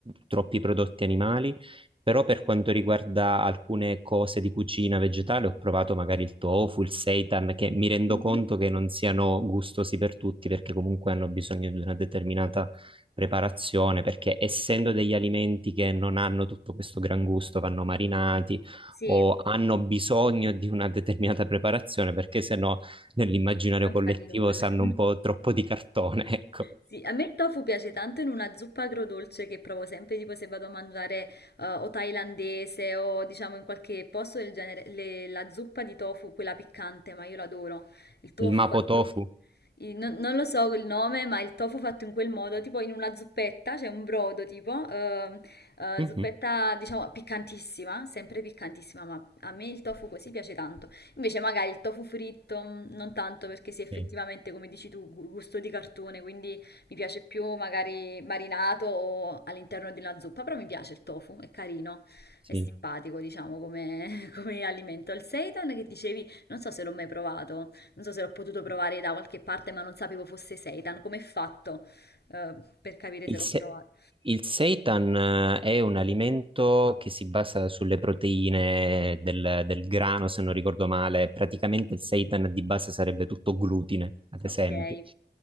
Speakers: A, on the right; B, on the left.
A: troppi prodotti animali, però per quanto riguarda alcune cose di cucina vegetale ho provato magari il tofu, il seitan, che mi rendo
B: mhm.
A: conto che non siano gustosi per tutti perché comunque hanno bisogno di una determinata preparazione, perché essendo degli alimenti che non hanno tutto questo gran gusto, vanno marinati
B: Sì,
A: o hanno bisogno di una determinata preparazione, perché se no nell'immaginario
B: non
A: collettivo
B: sa di nulla.
A: sanno
B: <laughs>
A: un po' troppo di cartone, <laughs> ecco.
B: Sì, a me il tofu piace tanto in una zuppa agrodolce che provo sempre, tipo se vado a mangiare eh, o thailandese o diciamo in qualche posto del genere, le- la zuppa di tofu, quella piccante, ma io l'adoro. Il tofu
A: Il Mapo
B: fatto,
A: Tofu.
B: il- non, non lo so il nome, ma il tofu fatto in quel modo, tipo in una zuppetta, c'è un brodo tipo, ehm, eh,
A: Mhm,
B: zuppetta diciamo piccantissima, sempre piccantissima, ma a me il tofu così piace tanto. Invece magari il tofu fritto mh, non tanto perché sì, effettivamente,
A: Sì,
B: come dici tu, gu- gusto di cartone, quindi mi piace più magari marinato o all'interno di una zuppa, però mi piace il tofu, è carino,
A: sì.
B: è simpatico, diciamo, come, <laughs> come alimento. Il seitan che dicevi, non so se l'ho mai provato, non so se l'ho potuto provare da qualche parte, ma non sapevo fosse seitan, come è fatto, eh, per capire
A: Il,
B: se l'ho
A: se-
B: provato.
A: il seitan eh, è un alimento che si basa sulle proteine del, del grano, se non ricordo male. Praticamente il seitan di base sarebbe tutto glutine, ad esempio.
B: Ok.